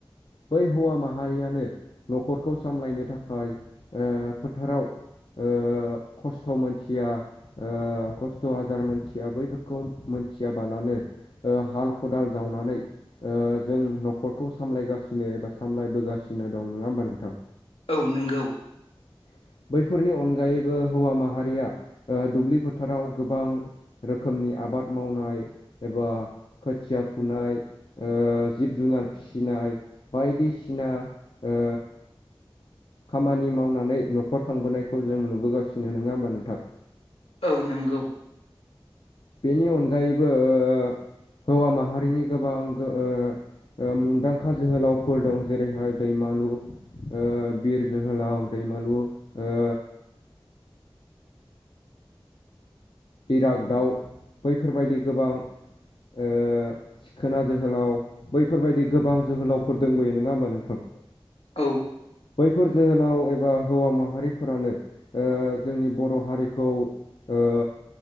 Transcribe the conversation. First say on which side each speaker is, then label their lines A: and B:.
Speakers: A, on the left; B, on the left.
A: बै हौवा माहारियानो न'खरखौ सामलायनो थाखाय ओ फोथाराव ओ खस्थ' मोनथिया ओ खस्थ' आजार मोनथिया बैफोरखौ मोनथियाबालानो ओ हाल खदाल जावनानै ओ जों न'खरखौ सामलायगासिनो एबा सामलायबोगासिनो दं नङा होमबा नोंथां?
B: औ नोंगौ
A: <unintelligible> बैफोरनि अनगायैबो हौवा माहारिया ओ दुब्लि फोथाराव गोबां रोखोमनि आबाद मावनाय एबा खोथिया फुनाय ओ जिब जुनार फिसिनाय बायदिसिना ओ खामानि मावनानै न'खर खांबोनायखौ जों नुबोगासिनो नङा होमबा नोंथां?
B: औ नोंगौ
A: बेनि अनगायैबो ओ हौवा माहारिनि गोबां गो ओ ओ मुंदांखा जोहोलावफोर दं जेरैहाय दैमालु ओ बिर जोहोलाव दैमालु ओ इरागदाउ बैफोरबायदि गोबां ओ सिखोना जोहोलाव बैफोरबायदि गोबां जोहोलावफोर दंबोयो नङा होमबा नोंथां?
B: औ
A: बैफोर जोहोलाव एबा हौवा माहारिफोरानो ओ जोंनि बर' हारिखौ ओ